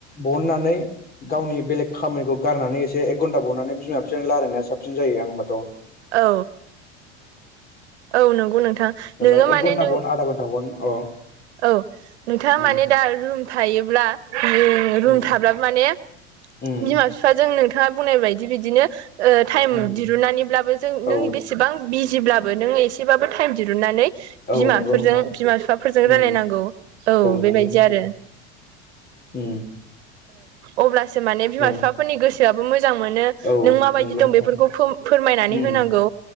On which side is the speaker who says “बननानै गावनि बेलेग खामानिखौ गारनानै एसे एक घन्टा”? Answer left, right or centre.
Left